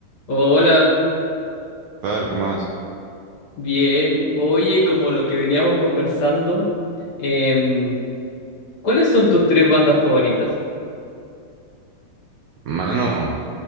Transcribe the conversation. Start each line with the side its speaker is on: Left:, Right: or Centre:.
Left: Hola,
Right: Tal, ¿cómo vas?
Left: bien. Oye, como lo que veníamos conversando, em, ¿cuáles son tus tres bandas favoritas?
Right: Mano,